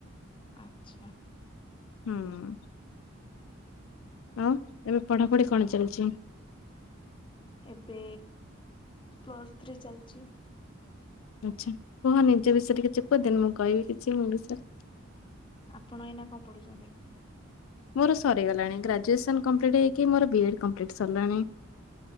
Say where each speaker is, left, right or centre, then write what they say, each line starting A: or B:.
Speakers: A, on the left; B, on the left.
A: ଆଚ୍ଛା।
B: ହୁଁ? ହଁ ଏବେ ପଢାପଢି କଣ ଚାଲିଛି?
A: ଏବେ ପ୍ଲସଥ୍ରୀ ଚାଲିଛି।
B: ଆଚ୍ଛା କୁହ ନିଜ ବିଷୟରେ କିଛି କୁହଦେନି ମୁଁ କହିବି କିଛି ମୋ ବିଷୟରେ।
A: ଆପଣ ଏଇନା କଣ ପଢୁଛନ୍ତି?
B: ମୋର ସରିଗଲାଣି ଗ୍ରାଜୁଏସନ କମ୍ପ୍ଲିଟ ହେଇକି ମୋର ବି ଏଡ୍ କମ୍ପ୍ଲିଟ ସରିଲାଣି।